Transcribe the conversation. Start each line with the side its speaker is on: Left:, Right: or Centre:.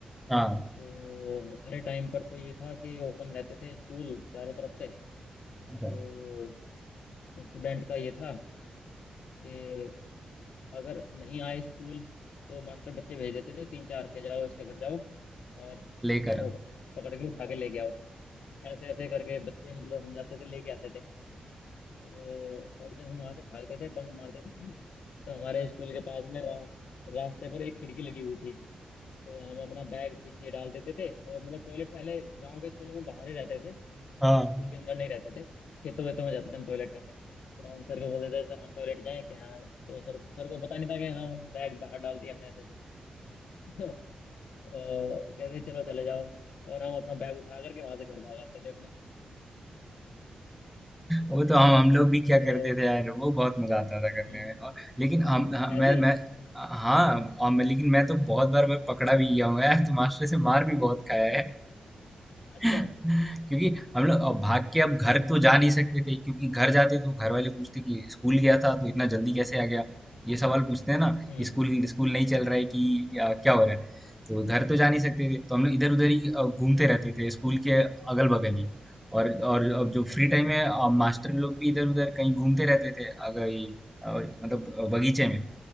Centre: हाँ,
Left: तो हमारे टाइम पर तो ये था कि ओपन रहते थे स्कूल चारों तरफ से तो
Centre: अच्छा,
Left: स्टूडेंट का ये था कि अगर नहीं आए स्कूल तो मास्टर बच्चे भेज देते थे तीन चार के जाओ इसके घर जाओ और उसके
Centre: लेकर
Left: टांगों
Centre: आओ।
Left: को पकड़ के उठा के लेके आओ ऐसे ऐसे करके बच्चे मतलब हम जाते थे लेके आते थे तो और जब हम वहां से भागते थे बंक मारते थे <laughs> तो हमारे स्कूल के पास में रा- रास्ते पर एक खिड़की लगी हुई थी तो हम अपना बैग पीछे डाल देते थे और मतलब टॉयलेट पहले गांव के स्कूलों में बाहर ही रहते थे अ,
Centre: हाँ।
Left: स्कूल के अंदर नहीं रहते थे खेतों वेतों में जाते थे हम टॉयलेट करने तो हम सर को बोलते थे सर हम टॉयलेट जाएं कि हाँ तो सर सर को पता नहीं था कि हाँ हम बैग बाहर डाल दिया हमने ऐसे तो <laughs> अ, कहते चलो चले जाओ और हम अपना बैग उठा करके वहां से घर भाग आते थे अपने
Centre: वो तो हम हम लोग भी क्या
Left: तो
Centre: करते थे यार, वो बहुत मजा आता था करने
Left: हम्म
Centre: में। और लेकिन हम हाँ,
Left: ऐसे
Centre: मैं
Left: ही
Centre: मैं हाँ और मैं लेकिन मैं तो बहुत बार मैं पकड़ा भी गया हूँ यार, तो मास्टर से मार भी बहुत खाया
Left: अच्छा
Centre: क्योंकि हम लोग अब भाग के अब घर तो जा नहीं सकते थे क्योंकि घर जाते तो घर वाले पूछते कि स्कूल गया था तो इतना जल्दी कैसे आ गया
Left: हम्म
Centre: ये सवाल पूछते हैं ना
Left: हम्म
Centre: कि स्कूल स्कूल नहीं चल रहा है कि क्या, क्या हो रहा है तो घर तो जा नहीं सकते थे तो हम लोग इधर उधर ही अ, घूमते
Left: हम्म।
Centre: रहते थे स्कूल के अगल बगल ही और और अब जो
Left: अच्छा
Centre: फ्री टाइम है अ, मास्टर लोग भी इधर उधर कहीं घूमते रहते थे अगर ये, अ, मतलब अ, बगीचे में